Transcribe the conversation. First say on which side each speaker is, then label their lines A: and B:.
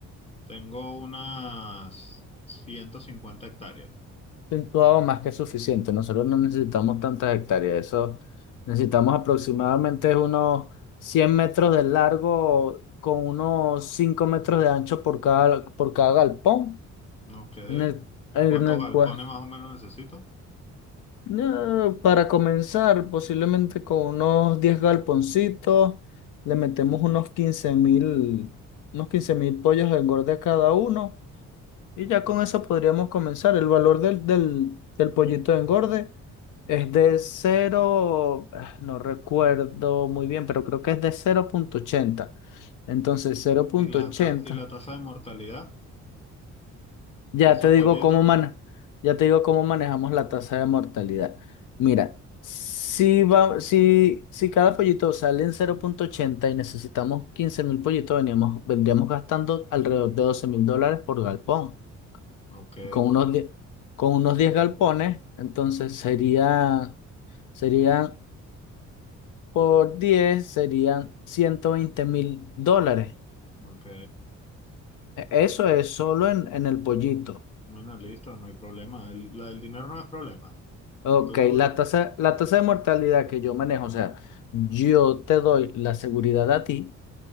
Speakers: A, on the left; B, on the left.
A: Tengo unas 150 hectáreas.
B: Situado más que suficiente. Nosotros no necesitamos tantas hectáreas. Eso necesitamos aproximadamente unos 100 metros de largo con unos 5 metros de ancho por cada, por cada galpón.
A: Ok.
B: En el,
A: ¿Y
B: en
A: cuántos
B: el
A: galpones
B: cual,
A: más o menos necesito?
B: no, para comenzar, posiblemente con unos 10 galponcitos, le metemos unos quince mil, unos quince mil pollos de engorde a cada uno. Y ya con eso podríamos comenzar. El valor del, del, del pollito de engorde. Es de cero ah, no recuerdo muy bien, pero creo que es de cero punto ochenta Entonces, cero punto
A: ¿Y la,
B: ochenta
A: ta- y la tasa de mortalidad
B: ya
A: de esos
B: te digo
A: pollitos?
B: cómo mana ya te digo cómo manejamos la tasa de mortalidad. Mira, si va, si, si cada pollito sale en cero punto ochenta y necesitamos quince mil pollitos, veníamos, vendríamos gastando alrededor de doce mil dólares por galpón.
A: Ok,
B: Y con unos, die- con unos 10 galpones, entonces sería, serían por 10 serían ciento veinte mil dólares.
A: ok.
B: E- Eso es solo en, en el pollito.
A: Bueno, listo, no hay problema. El, la del dinero no es problema.
B: Ok,
A: Tú,
B: la tasa, la tasa de mortalidad que yo manejo, o sea, yo te doy la seguridad a ti